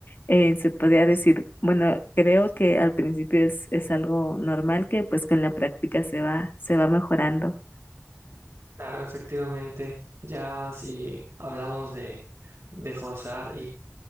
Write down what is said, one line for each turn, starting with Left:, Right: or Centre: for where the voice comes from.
Left: eh, se podría decir, bueno, creo que al principio es, es algo normal que pues con la práctica se va, se va mejorando.
Right: Claro, efectivamente, ya si hablamos de, de forzar